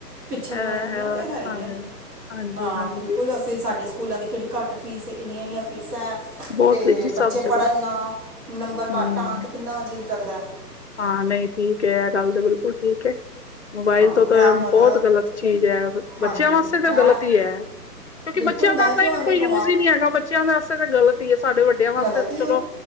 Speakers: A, on the right; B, on the left.
A: ਪਿੱਛੇ
B: ਅ
A: ਰੈ ਜਾਨਗੀਆਂ ਏ ਤੇ ਹੈਈ
B: ਹਾਂਜੀ
A: ਐ
B: ਹਾਂਜੀ
A: ਹਾਂ
B: ਹਾਂਜੀ
A: ਬਿਲਕੁਲ ਅਸੀਂ ਸਾਡੇ ਸ ਸਕੂਲਾਂ ਦੀ ਕੇੜੀ ਘੱਟ ਫੀਸ ਇੰਨੀਆਂ-ਇੰਨੀਆਂ ਫੀਸਾਂ ਐਂ।
B: ਬਹੁਤ
A: ਤੇ
B: ਜੀ
A: ਬੱਚੇ
B: ਸਭ ਜਗ੍ਹਾ
A: ਪੜਨ ਨਾ ਨੰਬਰ
B: ਹਮ
A: ਘੱਟ ਆਨ ਤੇ ਕਿੰਨਾ ਅਜੀਬ ਲੱਗਦਾ।
B: ਹਾਂ ਨਈਂ ਠੀਕ ਐ ਗੱਲ ਤੇ ਬਿਲਕੁਲ ਠੀਕ ਐ। ਮੋਬਾਇਲ
A: ਹਾਂ
B: ਤੋਂ
A: ਮੈਂ
B: ਤਾਂ
A: ਹੁਣ
B: ਬੋਤ ਗ਼ਲਤ ਚੀਜ਼ ਐ,
A: ਹਾਂਜੀ
B: ਬੱਚਿਆਂ ਵਾਸਤੇ ਤਾਂ
A: ਮੈਂ
B: ਗ਼ਲਤ ਈ ਐ। ਕਿਓਂਕਿ
A: ਬਿਲਕੁਲ
B: ਬੱਚਿਆਂ
A: ਮੈਂ
B: ਦਾ
A: ਕਿਉਂ
B: ਤਾਂ ਏਨਾ
A: ਐਵੇਂ
B: ਕੋਈ
A: ਕਵਾਂ
B: ਯੂਜ ਈ ਨੀ ਹੈਗਾ ਬੱਚਿਆਂ ਵਾਸਤੇ ਤਾਂ ਗ਼ਲਤ ਈ ਐ ਸਾਡੇ ਵੱਡਿਆਂ ਵਾਸਤੇ
A: ਗਲਤ
B: ਤੇ
A: ਹੀ
B: ਚਲੋ
A: ਹੈ